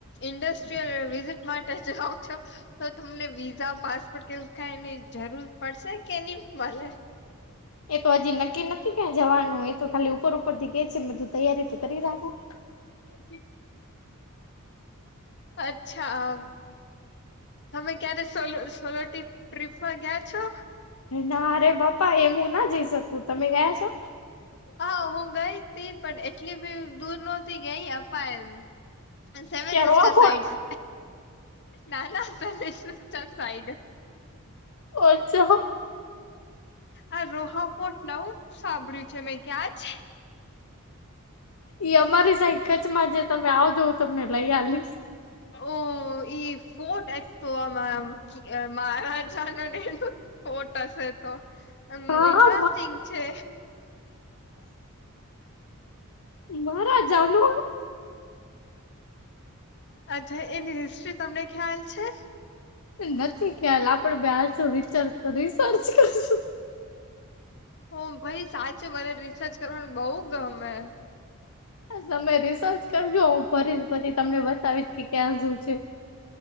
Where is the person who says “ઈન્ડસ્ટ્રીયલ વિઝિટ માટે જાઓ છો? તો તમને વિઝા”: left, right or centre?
Left